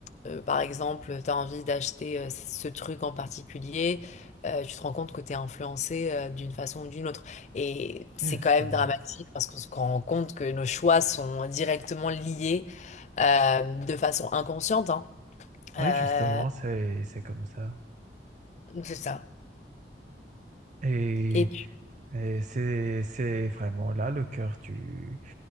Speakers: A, on the left (about 40°); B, on the right (about 45°).
A: euh, par exemple, tu as envie d'acheter euh, ce truc en particulier, euh, tu te rends compte que tu es influencé euh, d'une façon ou d'une autre. Et c'est
B: Mhm. Justement.
A: quand même dramatique parce qu'on se rend compte que nos choix sont directement liés euh, de façon inconsciente. hein. Euh,
B: Oui, justement, c'est c'est comme ça.
A: c'est ça.
B: Et,
A: Et puis.
B: et c'est c'est vraiment là le cœur du,